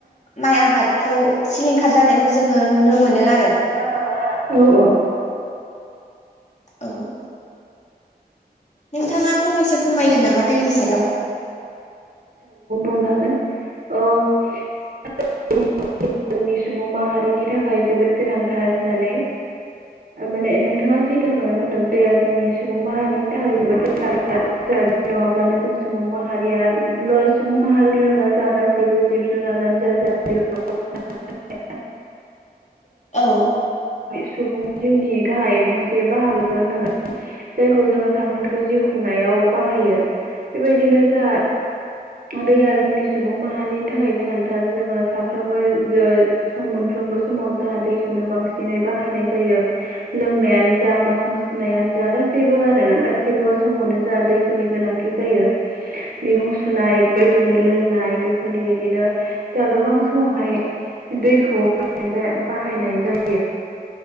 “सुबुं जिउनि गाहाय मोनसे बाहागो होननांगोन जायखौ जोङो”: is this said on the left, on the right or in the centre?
Right